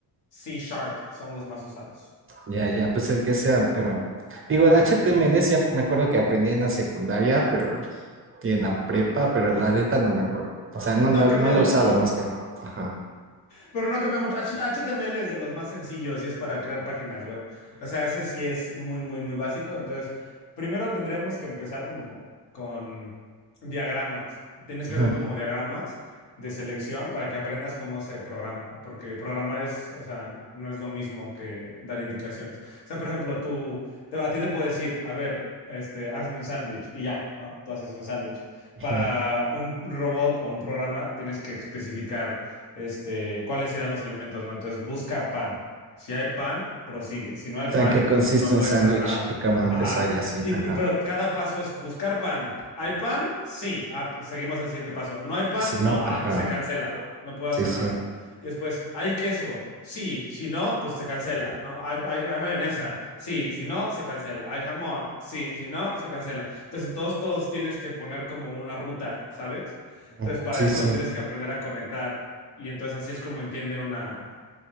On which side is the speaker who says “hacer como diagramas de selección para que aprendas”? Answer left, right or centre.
Left